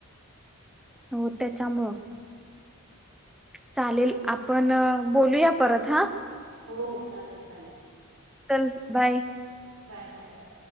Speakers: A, in the centre; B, on the right.
A: हो त्याच्यामुळ चालेल आपण बोलूया परत हा
B: हो हो चालेल चालेल
A: चल बाय.
B: Bye bye bye.